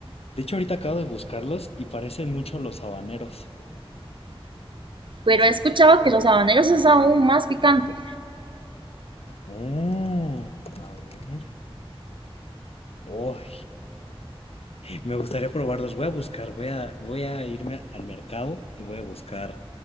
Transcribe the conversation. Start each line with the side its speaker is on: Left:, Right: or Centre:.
Left: De hecho, ahorita acabo de buscarlos y parecen mucho a los habaneros.
Right: pero
Left: Sí.
Right: he escuchado que los habaneros es aún más picante.
Left: Mm, a ver. Uy, me gustaría probarlos. Voy a buscar, voy a, voy a irme al mercado y voy a buscar